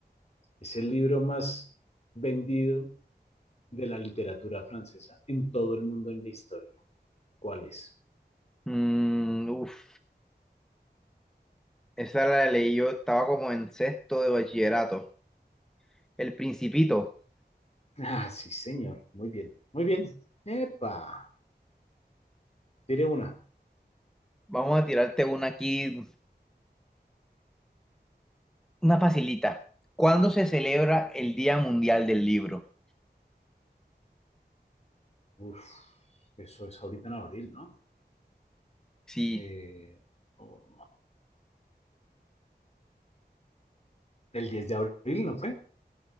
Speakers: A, on the left; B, in the centre.
A: Es el libro más vendido de la literatura francesa en todo el mundo en la historia. ¿Cuál es?
B: Mm, uf. Esa la leí yo, estaba como en sexto de bachillerato. El Principito.
A: Ah, sí, señor. Muy bien, muy bien. Epa, tiré una.
B: Vamos a tirarte una aquí, una facilita. ¿Cuándo se celebra el Día Mundial del Libro?
A: Uf, eso es ahorita en abril, ¿no?
B: Sí,
A: Eh, oh, el 10 de abril, ¿no fue?